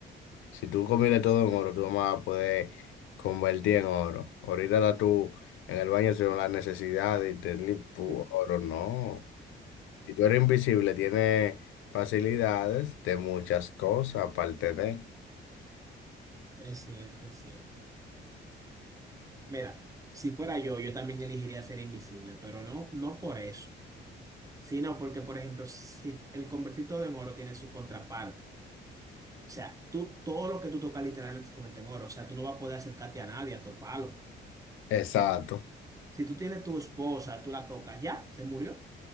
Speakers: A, on the left; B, on the right.
A: Si tú comiste todo en oro, tú no vas a poder convertir en oro. Ahorita estás tú en el baño sin la necesidad de tener pu-
B: Sí.
A: oro, no. Si tú eres invisible, tienes facilidades de muchas cosas, aparte de.
B: Es cierto, es cierto. Mira, si fuera yo, yo también elegiría ser invisible, pero no, no por eso. Sí, no, porque por ejemplo, si el convertir todo en oro tiene su contraparte. O sea, tú todo lo que tú tocas literalmente se convierte en oro. O sea, tú no vas a poder acercarte a nadie, a toparlo.
A: Exacto.
B: Si tú tienes tu esposa, tú la tocas, ya, se murió,